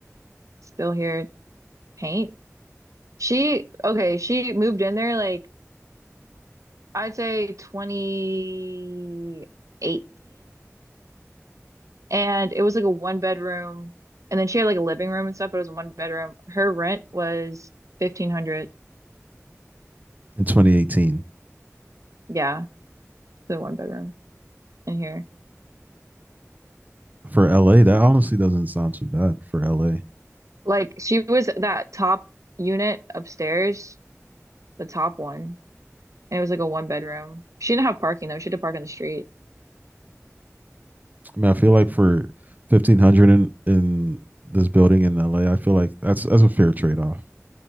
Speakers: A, on the right; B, on the right.
A: still here. Paint. She, okay, she moved in there like I'd say 2018 and it was like a one bedroom and then she had like a living room and stuff, but it was one bedroom. Her rent was 1500.
B: In 2018
A: Yeah, the one bedroom in here.
B: for LA, that honestly doesn't sound too bad for LA.
A: Like she was that top unit upstairs, the top one. And it was like a one bedroom. She didn't have parking though. She had to park on the street
B: I mean, I feel like for fifteen hundred in in this building in LA, I feel like that's that's a fair trade off.